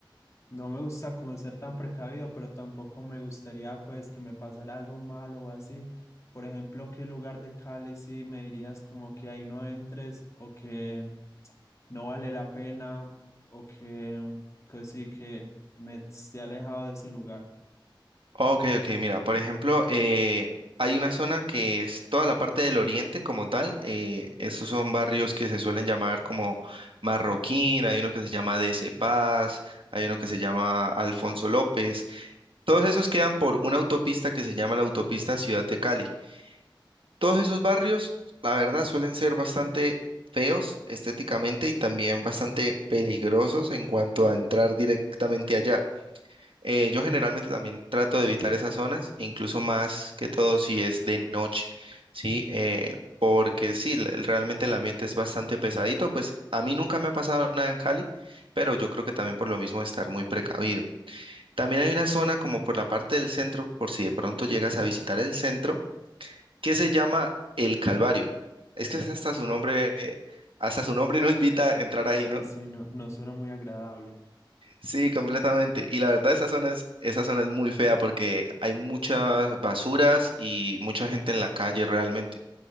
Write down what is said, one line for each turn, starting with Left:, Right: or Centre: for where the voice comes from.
Left: No me gusta como ser tan precavido, pero tampoco me gustaría pues que me pasara algo malo o así. Por ejemplo, ¿qué lugar de Cali sí me dirías como que ahí no entres o que no vale la pena o que, que sí que me esté alejado de ese lugar?
Right: Ok, ok, mira, por ejemplo, eh, hay una zona que es toda la parte del oriente como tal. eh, estos son barrios que se suelen llamar como Marroquín, hay uno que se llama DC Paz, hay uno que se llama Alfonso López. Todos esos quedan por una autopista que se llama la autopista Ciudad de Cali. Todos esos barrios, la verdad, suelen ser bastante feos estéticamente y también bastante peligrosos en cuanto a entrar directamente allá. Eh, yo generalmente también trato de evitar esas zonas, incluso más que todo si es de noche, ¿sí? Eh, porque sí, l- realmente el ambiente es bastante pesadito. Pues a mí nunca me ha pasado nada en Cali, pero yo creo que también por lo mismo estar muy precavido. También hay una zona como por la parte del centro, por si de pronto llegas a visitar el centro que se llama El Calvario. Es que es hasta su nombre, eh, hasta su nombre no invita a entrar
Left: Sí,
Right: ahí, ¿no?
Left: sí, no, no suena muy agradable.
Right: Sí, completamente. Y la verdad, esa zona es, esa zona es muy fea porque hay muchas basuras y mucha gente en la calle realmente.